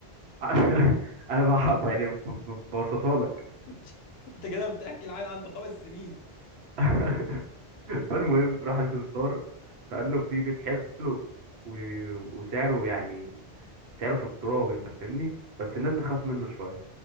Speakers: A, on the right; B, on the left.
A: <laughs> انا بحب يعني ب- ب- ببسطها لك
B: بت- <laughs> انت كده بتحكي العيل عنده خمس سنين
A: <laughs> فالمهم راح لسمسار فقال له في بيت حلو و... وسعره يعني سعره في التراب انت فاهمني بس الناس بتخاف
B: <laughs>
A: منه شويه